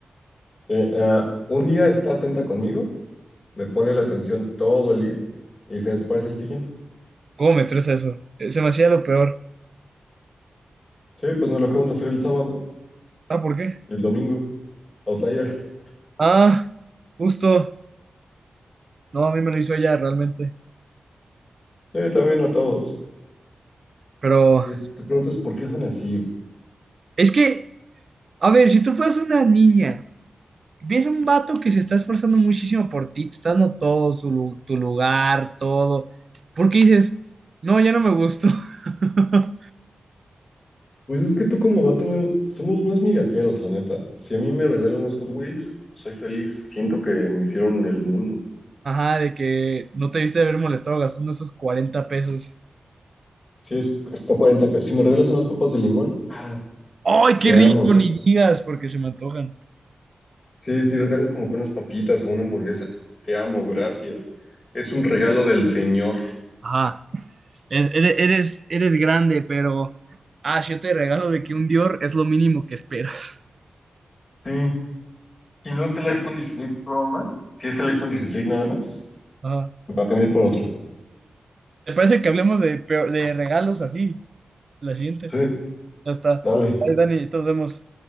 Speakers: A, on the left; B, on the right.
A: Eh, ah, un día está atenta conmigo, me pone la atención todo el día y se desaparece el siguiente.
B: ¿Cómo me estresa eso? Eh, Se me hacía lo peor.
A: Sí, pues nos lo acaban de hacer el sábado.
B: Ah, ¿por qué?
A: El domingo, Outlier.
B: Ah, justo. No, a mí me lo hizo ella realmente.
A: Sí, también a todos.
B: Pero
A: Es- te preguntas por qué son así, bro.
B: es que, a ver, si tú fueras una niña, ves un vato que se está esforzando muchísimo por ti, te está dando todo, su, lu- tu lugar, todo, ¿por qué dices, no, ya no me gustó? <laughs>
A: Pues es que tú como vato, somos más migajeros, la neta. Si a mí me regalan unos Hot Wheels, soy feliz. Siento que me hicieron el mundo.
B: Ajá, de que no te debiste de haber molestado gastando esos 40 pesos.
A: Sí, es hasta 40 pesos. Si me regalas unas papas de limón, ah,
B: ¡Ay, qué
A: te
B: rico!
A: amo.
B: Ni digas, porque se me antojan.
A: Sí, si regalas como que unas papitas o una hamburguesa, te amo, gracias. Es un regalo del Señor.
B: Ajá, es- eres, eres, eres grande, pero... Ah, si yo te regalo de que un Dior es lo mínimo que esperas.
A: Sí, si no es el iPhone 16 Pro Max, si es el iPhone 16 nada más,
B: <laughs> Ajá.
A: me va a cambiar por otro.
B: ¿Te parece que hablemos de, peor- de regalos así? La siguiente.
A: Sí,
B: Ya está.
A: dale.
B: Ahí, Dani, nos vemos.